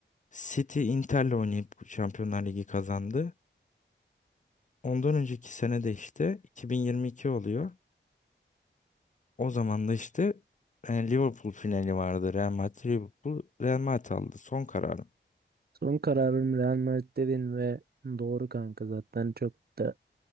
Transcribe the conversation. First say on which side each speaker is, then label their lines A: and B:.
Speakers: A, on the left (about 40°); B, on the right (about 50°).
A: City Inter'le oynayıp Şampiyonlar Ligi kazandı. Ondan önceki sene de işte 2022 oluyor. O zaman da işte e, Liverpool finali vardı. Real Madrid Liverpool Real Madrid aldı. Son kararım.
B: Son kararım Real Madrid dedin ve doğru kanka zaten çok da